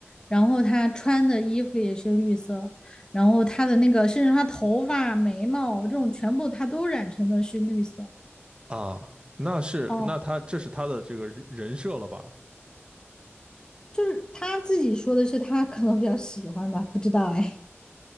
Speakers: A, on the left; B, on the right.
A: 然后他穿的衣服也是绿色，然后他的那个甚至他头发、眉毛这种全部他都染成的是绿色。
B: 啊，那是那他这是他的这个人人设了吧？
A: 哦，就是他自己说的是他可能比较喜欢吧，不知道哎，